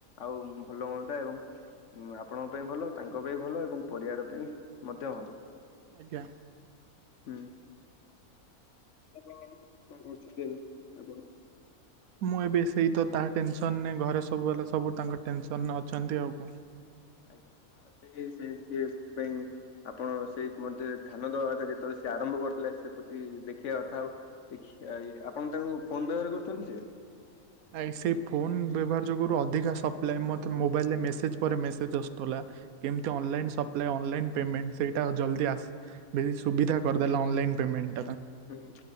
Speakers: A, on the left; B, on the right.
A: ଆଉ ଭଲ ହୁଅନ୍ତା ଏବଂ ଉ ଆପଣଙ୍କ ପାଇଁ ଭଲ ତାଙ୍କ ପାଇଁ ଭଲ ଏବଂ ପରିବାର ପାଇଁ ମଧ୍ୟ ଭଲ।
B: ଆଜ୍ଞା।
A: ହୁଁ କଣ କରୁଛନ୍ତି ଏବେ ଆପଣ?
B: ମୁଁ ଏବେ ସେଇ ତ ତା ଟେନ୍ ସନ୍ରରେ ଘରେ ସବୁହେଲା ସବୁ ତାଙ୍କ ଟେନ୍ ସନ୍ ଅଛନ୍ତି ଆଉ କଣ।
A: ଆଜ୍ଞା ସେଇ ସେଇ ସିଏଥେ୍ ପାଇଁ। ଆପଣ ସେଇ ମଧ୍ୟରେ ଧ୍ୟାନ ଦବା କଥା ଯେତେବେଳେ ସେ ଆରମ୍ଭ କରିଥିଲା ସେ ପ୍ରତି ଦେଖିବା କଥା ଆଉ। ଦେଖିଆ ଏ ଆପଣ ତାକୁ ଫୋନ ବ୍ୟବହାର କରୁଛନ୍ତି ସେ?
B: ଆ ସେଇ ଫୋନ୍ ବ୍ୟବହାର ଯୋଗୁରୁ ଅଧିକା ସପ୍ଲାଏ ମତେ ମୋବାଇଲ୍ ରେ ମେସେଜେ ପରେ ମେସେଜେ ଆସୁଥୁଲା। କେମିତି ଅନଲାଇନ୍ ସପ୍ଲାଏ ଅନଲାଇନ୍। ପେମେଣ୍ଟେ ସେଇଟା ଜଲ୍ଦି ଆସ ବେଶୀ ସୁବିଧା କରିଦେଲା ଅନଲାଇନ୍ ପେମେଣ୍ଟେ।
A: ହୁଁ।